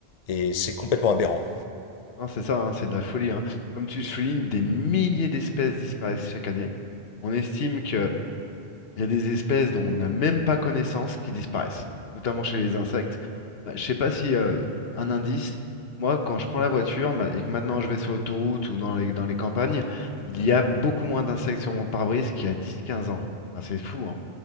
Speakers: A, on the left (about 50°); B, on the left (about 65°).
A: et c'est complètement aberrant.
B: Hein, c'est ça, hein, c'est de la folie. hein. Comme tu le soulignes, des milliers d'espèces disparaissent chaque année. On estime qu'il y a des espèces dont on n'a même pas connaissance qui disparaissent, notamment chez les insectes. Bah, je sais pas si euh, un indice, moi, quand je prends la voiture ma- et que maintenant je vais sur l'autoroute ou dans les, dans les campagnes, il
A: Mhm.
B: y a beaucoup moins d'insectes sur mon pare-brise qu'il y a dix, quinze ans. Enfin, c'est fou, hein.